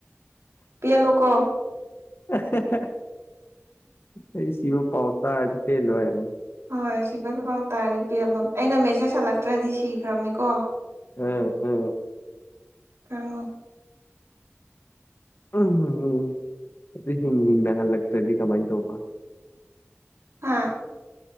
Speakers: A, on the right (about 70°); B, on the left (about 55°).
A: ꯄꯦꯜꯂꯣꯀꯣ
B: ꯍꯥ ꯍꯥ ꯍꯥ ꯑꯩ ꯁꯤꯕ ꯄꯥꯎ ꯇꯥꯔꯗꯤ ꯄꯦꯜꯂꯣ ꯍꯥꯏꯌꯣ
A: ꯍꯣꯏ ꯁꯤꯕꯨꯗꯨꯐꯥꯎ ꯇꯥꯔꯗꯤ ꯄꯦꯜꯂꯣ ꯑꯩꯅ ꯃꯦꯁꯦꯖ ꯍꯜꯂꯛꯇ꯭ꯔꯗꯤ ꯁꯤꯈ꯭ꯔꯕꯅꯤꯀꯣ
B: ꯎꯝ ꯎꯝ
A: ꯑ
B: <unintelligible> ꯇꯗꯤ ꯀꯃꯥꯏ ꯇꯧꯕ
A: ꯍꯥꯥ